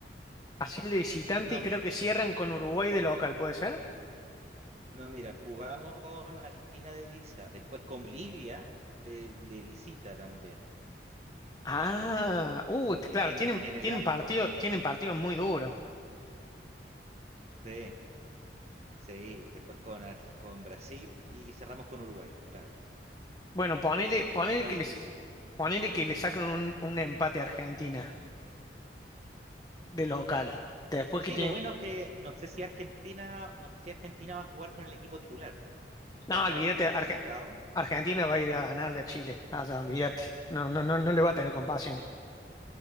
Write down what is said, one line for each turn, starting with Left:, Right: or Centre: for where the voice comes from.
Left: así de visitante
Right: No,
Left: y creo que cierran con Uruguay de local, ¿puede ser?
Right: No, mira, jugamos con Argentina de visita, después con Bolivia de, de visita también,
Left: Ah, uh, t-
Right: E,
Left: claro,
Right: en,
Left: tienen,
Right: en el
Left: tienen
Right: Alto,
Left: partido, tienen partidos muy duros.
Right: sí, sí, después con, Arg- con Brasil y cerramos con Uruguay, claro,
Left: Bueno, ponele, ponele
Right: está
Left: que
Right: difícil.
Left: les, Ponele que le sacan un, un empate a Argentina de local. Después
Right: Sí,
Left: que tienen.
Right: lo bueno es que no sé si Argentina, no sé si Argentina va a jugar con el equipo titular, ya
Left: No,
Right: dado
Left: olvídate,
Right: que está clasificado.
Left: Arge- Argentina va a ir a ganarle a Chile. Ah, ya, olvídate. No, no, no, no le va a tener compasión.